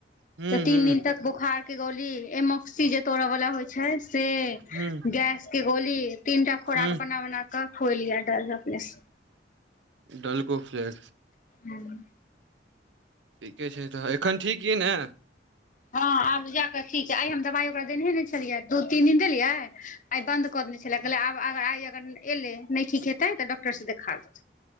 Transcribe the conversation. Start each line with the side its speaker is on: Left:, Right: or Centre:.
Right: हूँ
Left: तऽ तीन
Right: हूँ
Left: दिन तक बुखार के गोली एमोक्सी जे तोड़े बला होय छै से
Right: हूँ
Left: गैस के गोली तीनटा खोराक
Right: हूँ
Left: बना बना क खोलिये एकरा अपने से
Right: सलको फ्लैक्स
Left: <unintelligible>
Right: ठीके छै तऽ एखन ठीक अइ ने
Left: हाँ आब जाकऽ ठीक छै आइ हम दवाई ओकरा देनेहे ने छलियै दू तीन दिन देलियै आइ बन्द कऽ देने छलै कहलै आब आइ अगर एयलै नहि ठीक हेतै तऽ डॉक्टर सँ देखा देब